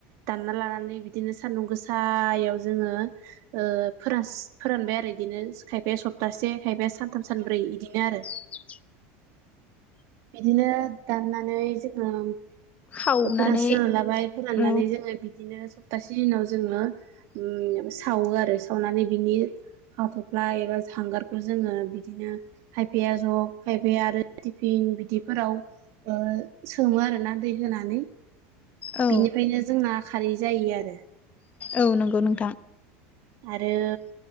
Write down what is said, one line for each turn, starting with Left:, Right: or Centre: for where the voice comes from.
Right: दानना लानानै बिदिनो सानदुं गोसायाव जोङो ओ फोरास फोरानबाय आरो बिदिनो खायफाया सप्तासे खायफाया सानथाम सानब्रै बिदिनो आरो
Left: <inaudible>
Right: बिदिनो दाननानै जोङो
Left: खावनानै
Right: फोरानस्रोनना लाबाय फोराननानै
Left: औ
Right: जोङो बिदिनो सप्तासे उनाव जोङो ओ सावो आरो सावनानै बिनि हाथ'फ्ला एबा हांगारखौ जोङो बिदिनो खायफाया ज' खायफाया आरो टिफिन बिदिफोराव ओ सोमो आरोना दै होनानै
Left: औ
Right: बिनिफ्रायनो जोंना खारै जायो आरो
Left: औ नंगौ नोंथां
Right: आरो